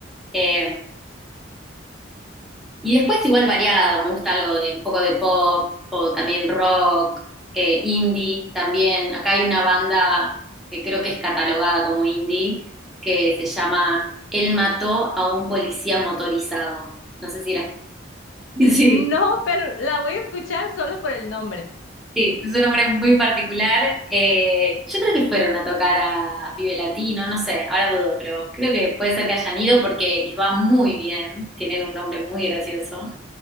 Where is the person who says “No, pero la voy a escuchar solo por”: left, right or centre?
Left